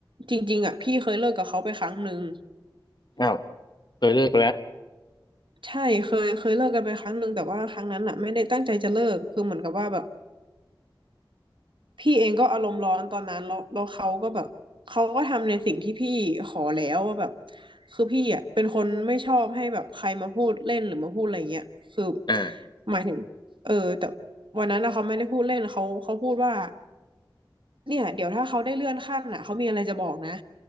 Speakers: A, on the right; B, on the left.
A: จริงๆอ่ะพี่เคยเลิกกับเขาไปครั้งหนึ่ง
B: อ้าวเคยเลิกไปแล้ว
A: ใช่เคยเคยเลิกกันไปครั้งหนึ่งแต่ว่าครั้งนั้นอ่ะไม่ได้ตั้งใจจะเลิกคือเหมือนกับว่าแบบ พี่เองก็อารมณ์ร้อนตอนนั้นแล้วแล้วเขาก็แบบเขาก็ทำในสิ่งที่พี่ขอแล้วว่าแบบคือพี่อ่ะเป็นคนไม่ชอบให้แบบใครมาพูดเล่นหรือมาพูดอะไรเงี้ยคือ
B: อ่า
A: หมายถึงเออแต่วันนั้นอะเขาไม่ได้พูดเล่นเขาเขาพูดว่าเนี่ยเดี๋ยวถ้าเขาได้เลื่อนขั้นอ่ะเขามีอะไรจะบอกนะ